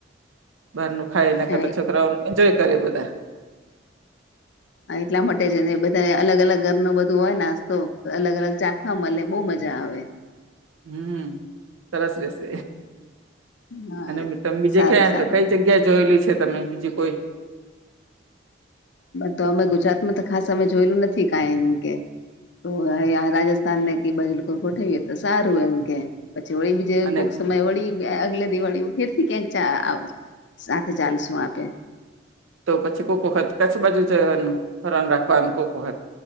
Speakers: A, on the right (about 80°); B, on the left (about 60°).
A: બાર નું ખાય નાને
B: હા
A: કરતા છોકરાઓનું એન્જોય કરે બધા
B: હા એટલા માટે છે ને બધા અલગ અલગ ઘર ન બધું હોય નાસ્તો અલગ અલગ ચાખવા મળે બહુ મજા આવે
A: હમ સરસ રહેશે
B: હા
A: અને તમે બીજે
B: સારું
A: ક્યા
B: સારું
A: કઈ જગ્યા જોયેલી છે તમે બીજીું કોઈ
B: તો અમે ગુજરાતમાં તો ખાસ અમે જોયેલું નથી કઈ એમ કે તો રાજસ્થાન ને કે બાજુ લોકો ગોઠવીએ તો સારું એમ કે પછી હોળી બીજ જે
A: અને
B: કોઈક સમય વળી અગલે દિવાળી ફેરથી ક્યાંક સાથે ચાલશું આપે
A: તો પછી કોઈકખત કચ્છ બાજુ જવાનું હેરાન રાખવાનું કોઈકખત